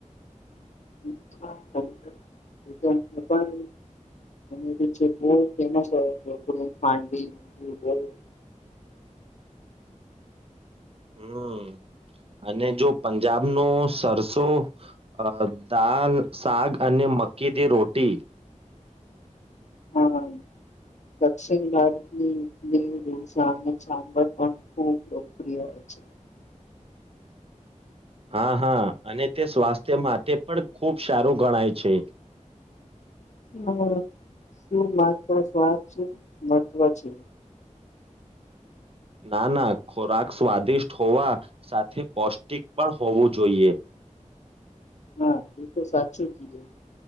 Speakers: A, on the left; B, on the right.
A: <unintelligible>
B: હમ્મ અને જો પંજાબ ની સરસો અ દાળ શક અને મકે દી રોટી
A: હા દક્ષિણ ભારતની ઈટલી ઢોસા અને સાંભર પણ ખૂબ લોકપ્રિય હોય છે
B: હા હા અને તે સ્વાસ્થ્ય માટે પણ ખૂબ સારું ગણાય છે
A: હમ્મ શું માત્ર સ્વાસ મહત્વ છે
B: ના ના ખોરાક સ્વાદિષ્ટ હોવા સાથે પૌષ્ટિક પણ હોવું જોઈએ.
A: હા એ તો સાચું કીધું.